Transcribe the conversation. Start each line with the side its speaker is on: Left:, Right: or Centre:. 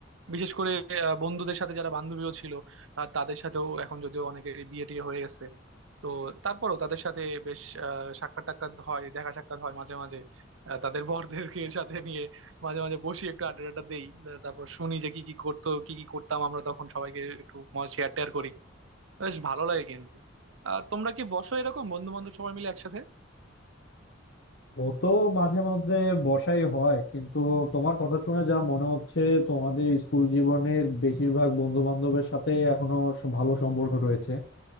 Right: বিশেষ করে আহ, বন্ধুদের সাথে যারা বান্ধবীও ছিল আহ, তাদের সাথেও এখন যদিও অনেকের বিয়ে টিয়ে হয়ে গেছে তো তারপরও তাদের সাথে বেশ আহ, সাক্ষাৎ টাক্ষাৎ হয় দেখা সাক্ষাৎ হয় মাঝে মাঝে আহ, তাদের বরদেরকে সাথে নিয়ে মাঝে মাঝে বসি একটু আড্ডা টাড্ডা দেই আহ, তারপর শুনি যে কি কি করতো কি কি করতাম আমরা তখন সবাইকে একটু শেয়ার টেয়ার করি বেশ ভালো লাগে কিন্তু আহ তোমরা কি বসো এরকম বন্ধু বান্ধব সবাই মিলে একসাথে
Left: ও তো মাঝে মধ্যে বসাই হয় কিন্তু তোমার কথা শুনে যা মনে হচ্ছে তোমাদের স্কুল জীবনের বেশিরভাগ বন্ধু বান্ধবের সাথে এখনো স- ভালো সম্পর্ক রয়েছে